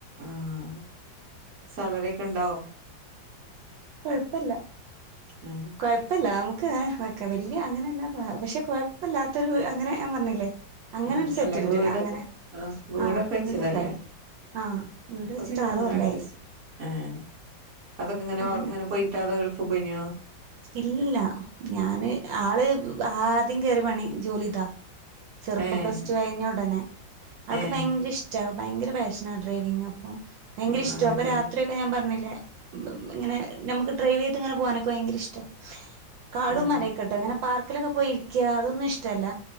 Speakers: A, on the right; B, on the right.
A: ആഹ് സാലറി ഒക്കെ ഇണ്ടാവോ
B: കുഴപ്പല്ല
A: ഉം
B: കുഴപ്പല്ല ന ക്ക്‌ വെക്ക് വലിയ അങ്ങനെയല്ല പക്ഷെ കുഴപ്പ ഇല്ലാത്തൊരു അങ്ങനെ ഞാൻ പറഞ്ഞില്ലേ അങ്ങനെ
A: ഉം
B: ഒരു സെറ്റിൽഡ്
A: അല്ല വീട്
B: അങ്ങനെ
A: ആ വീടൊക്കെ
B: ആഹ്
A: വെച്ചതല്ലേ
B: വീടൊക്കായി ആഹ് വീട്
A: അപ്പൊ
B: വെച്ചിട്ട്
A: പിന്നങ്ങനെ
B: ആറ് കൊല്ലായി
A: അഡ്ജസ്റ്റ് ആഹ് അതൊക്കെ ഇങ്ങനെ
B: അങ്ങനെ
A: ഇങ്ങനെ പോയിട്ടാതെ ഗൾഫ് പോയിനിയോ
B: ഇല്ലില്ല ഞാന് ആള് ആദ്യം കേയറി പണി ജോലി ഇതാ ചെറുപ്പം
A: ഏഹ്
B: പ്ലസ്റ്റ്ടു കഴിഞ്ഞ ഉടനെ ആൾക്ക്
A: ഏഹ്
B: ഭയങ്കര ഇഷ്ടാ ഭയങ്കര പാഷനാ ഡ്രൈവിങ് അപ്പൊ ഭയങ്കര
A: ഉം
B: ഇഷ്ട
A: അങ്ങനെ
B: അപ്പൊ
A: ചെറിയ
B: രാത്രിയൊക്കെ ഞാൻ പറഞ്ഞില്ലേ ഇങ്ങനെ നമുക്ക് ഡ്രൈവ് ചെയ്ത് ഇങ്ങനെ പോകാനൊക്കെ ഭയങ്കര ഇഷ്ട കാടും
A: ആഹ്
B: മരൊക്കെട്ട് അങ്ങനെ പാർക്കിലൊക്കെ പോയിരിക്കുക അതൊന്നും ഇഷ്ടമല്ല.